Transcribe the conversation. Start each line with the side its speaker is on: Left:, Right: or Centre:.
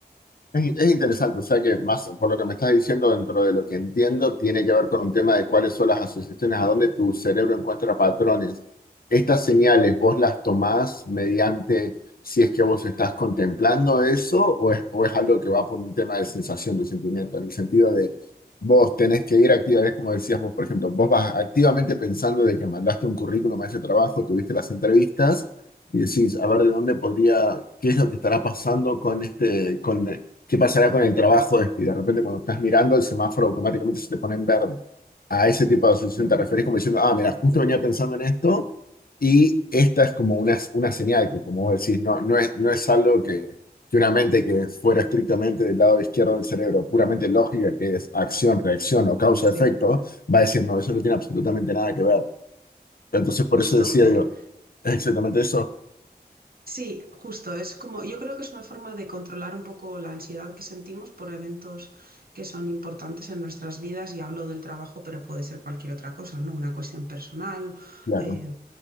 Left: Es, es interesante, o sea que más por lo que me estás diciendo, dentro de lo que entiendo, tiene que ver con un tema de cuáles son las asociaciones, a dónde tu cerebro encuentra patrones. Estas señales, ¿vos las tomás mediante si es que vos estás contemplando eso o es, o es algo que va por un tema de sensación, de sentimiento, en el sentido de vos tenés que ir activamente, como decías vos, por ejemplo, vos vas activamente pensando de que mandaste un currículum a ese trabajo, tuviste las entrevistas y decís, a ver, ¿de dónde podría, qué es lo que estará pasando con este, con ¿Qué pasará con el trabajo? Es que de repente cuando estás mirando el semáforo automáticamente se te pone en verde. A ese tipo de asociación
Right: Ujú.
Left: te refieres como diciendo, ah, mira, justo venía pensando en esto y esta es como una, una señal que, como vos decís, no, no es, no es algo que, que una mente que fuera estrictamente del lado izquierdo del cerebro, puramente lógica, que es acción, reacción o causa-efecto,
Right: Sí.
Left: va a decir, no, eso no tiene absolutamente nada que ver. Entonces, por
Right: Justo,
Left: eso decía,
Right: eh,
Left: digo, ¿es exactamente eso?
Right: sí, justo. Es como, yo creo que es una forma de controlar un poco la ansiedad que sentimos por eventos que son importantes en nuestras vidas, y hablo del trabajo, pero puede ser cualquier otra cosa, ¿no? Una cuestión personal,
Left: Claro,
Right: eh,